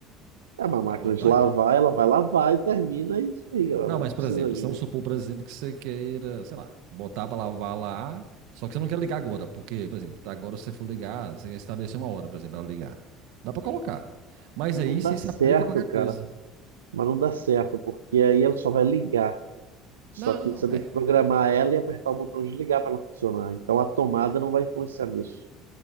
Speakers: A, on the right (about 75°); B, on the right (about 60°).
A: É uma máquina
B: A old
A: de
B: time.
A: lavar, ela vai lavar e termina e desliga. Ela
B: Não,
A: não
B: mas
A: precisa
B: por exemplo,
A: de.
B: se vamos supor, por exemplo, que você queira, sei lá, botar para lavar lá, só que você não quer ligar agora, porque, por exemplo, tá agora se você for ligar, você quer estabelecer uma hora, por exemplo, para ligar. Dá para colocar. Mas
A: Não
B: aí você
A: dá certo,
B: se aplica a qualquer
A: cara.
B: coisa.
A: Mas não dá certo, porque aí ela só vai ligar. Só
B: Não,
A: que você
B: é.
A: tem que programar ela e apertar o botão de ligar para ela funcionar. Então a tomada não vai influenciar nisso.